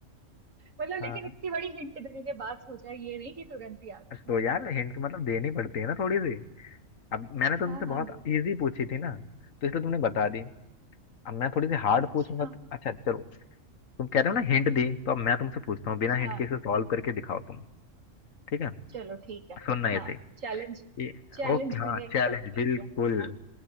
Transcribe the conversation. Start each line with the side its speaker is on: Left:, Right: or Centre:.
Right: मतलब
Left: हाँ
Right: लेकिन इतनी बड़ी हिंट देने के बाद सोचा ये नहीं कि तुरंत ही आ गया ध्यान
Left: तो यार
Right: से पर
Left: हिंट तो मतलब देनी पड़ती है ना थोड़ी सी अब मैंने तो तुमसे
Right: हाँ हाँ
Left: बहुत
Right: बिल्कुल
Left: इजी पूछी थी ना तो इसलिए तुमने बता दी अब मैं थोड़ी सी हार्ड
Right: अच्छा
Left: पूछूंगा तो अच्छा चलो तुम कह रहे हो ना हिंट दी तो अब मैं तुमसे पूछता हूँ बिना
Right: हाँ
Left: हिंट के इसे सॉल्व करके दिखाओ तुम ठीक है
Right: चलो ठीक है
Left: सुन रहे
Right: हाँ
Left: थे
Right: चैलेंज
Left: ये-
Right: चैलेंज
Left: ओके हाँ
Right: मैंने एक्सेप्ट
Left: चैलेंज
Right: कर
Left: बिल्कुल
Right: लिया तुम्हारा